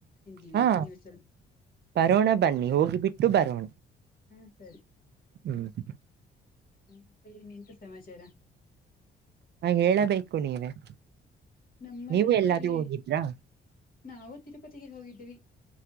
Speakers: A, on the left (about 45°); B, on the right (about 60°).
A: ಎಂದಿವಿ
B: ಹಾ
A: ನೀವು ಸ್ವಲ್ಪ <inaudible>
B: ಬರೋಣ ಬನ್ನಿ ಹೋಗಿಬಿಟ್ಟು ಬರೋಣ. <inaudible>
A: ಹೂ ಸರಿ. <inaudible>
B: ಹೂ <inaudible>
A: ಮತ್ತೆ ಇನ್ ಎಂತ ಸಮಾಚಾರ? <inaudible>
B: ಹಾ ಹೇಳಬೇಕು ನೀವೇ? <inaudible>
A: ನಮ್ಮದಂತೂ
B: ನೀವು ಎಲ್ಲಾದ್ರೂ
A: ಏ
B: ಹೋಗಿದ್ರಾ
A: ನಾವು ತಿರುಪತಿಗೆ ಹೋಗಿದ್ದೀವಿ. <inaudible>